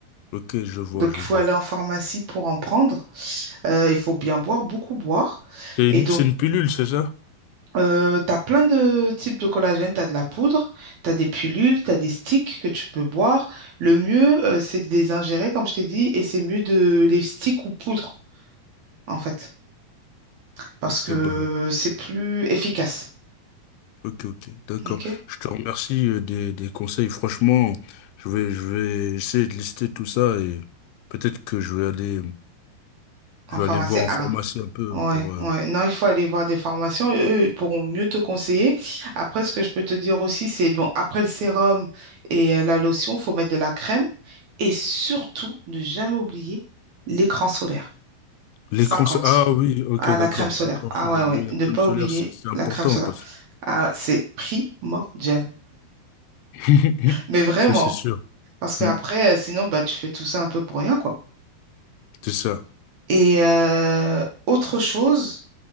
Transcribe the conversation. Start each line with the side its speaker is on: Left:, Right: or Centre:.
Left: Ok, je vois,
Right: Donc,
Left: je
Right: il faut
Left: vois.
Right: aller en pharmacie pour en prendre. Euh, il faut bien boire, beaucoup boire.
Left: C'est
Right: Et
Left: une,
Right: donc,
Left: c'est une pilule, c'est ça?
Right: euh, t'as plein de types de collagène, t'as de la poudre, t'as des pilules, t'as des sticks que tu peux boire. Le mieux, euh, c'est de les ingérer, comme je t'ai dit, et c'est mieux de les sticks ou poudre, en fait, parce
Left: Ok,
Right: que
Left: bah,
Right: c'est plus efficace.
Left: ok, ok, d'accord.
Right: OK?
Left: Je te remercie euh, des, des conseils. Franchement, je vais, je vais essayer de lister tout ça et peut-être que je vais aller, je
Right: En pharmacie,
Left: vais aller voir en
Right: ah
Left: pharmacie
Right: là.
Left: un peu
Right: Ouais,
Left: pour, euh,
Right: ouais. Non, il faut aller voir des formations et eux, ils pourront mieux te conseiller. Après, ce que je peux te dire aussi, c'est bon, après le sérum et euh, la lotion, il faut mettre de la crème et surtout ne jamais oublier l'écran solaire.
Left: L'écran
Right: cinquante.
Left: solaire. Ah oui, ok,
Right: Ah,
Left: d'accord.
Right: la crème solaire.
Left: L'écran solaire.
Right: Ah ouais, ouais.
Left: Oui, la
Right: Ne
Left: crème
Right: pas
Left: solaire,
Right: oublier
Left: c'est c'est important
Right: la crème solaire.
Left: parce
Right: Ah, c'est primordial.
Left: <laughs>
Right: Mais vraiment,
Left: Ça, c'est sûr.
Right: parce qu'après,
Left: Mm,
Right: sinon, bah, tu fais tout ça un peu pour rien, quoi.
Left: C'est ça.
Right: Et euh, autre chose,